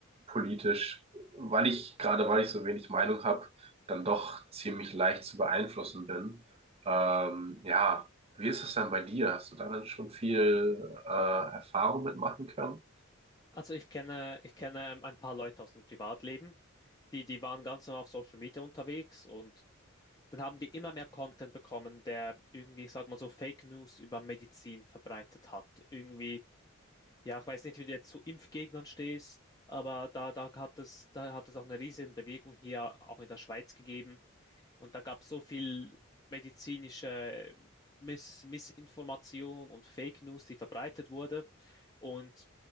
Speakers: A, on the right; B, on the left.
A: politisch, weil ich, gerade weil ich so wenig Meinung habe, dann doch ziemlich leicht zu beeinflussen bin. Ähm, ja, wie ist das denn bei dir? Hast du da dann schon viel äh, Erfahrung mitmachen können?
B: Also ich kenne, ich kenne ein paar Leute aus dem Privatleben, die, die waren ganz normal auf Social Media unterwegs und dann haben die immer mehr Content bekommen, der irgendwie, ich sag mal so, Fake News über Medizin verbreitet hat. Irgendwie, ja, ich weiß nicht, wie du jetzt zu Impfgegnern stehst, aber da, da hat es, da hat es auch eine riesen Bewegung hier, auch in der Schweiz gegeben, und da gab es so viel medizinische ähm, Miss Missinformation und Fake News, die verbreitet wurde. Und